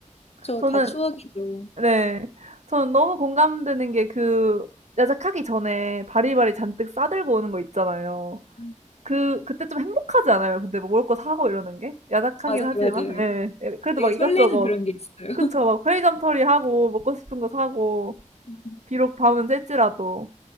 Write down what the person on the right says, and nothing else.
저는
네. 저는 너무 공감되는 게 그 야작하기 전에 바리바리 잔뜩 싸 들고 오는 거 있잖아요.
그 그때 좀 행복하지 않아요? 근데 뭐 먹을 거 사고 이러는 게? 야작하긴
하지만
예. 예 그래도
막
이것저것
그쵸. 막 편의점 털이하고 먹고 싶은 거 사고
비록 밤은 셀지라도.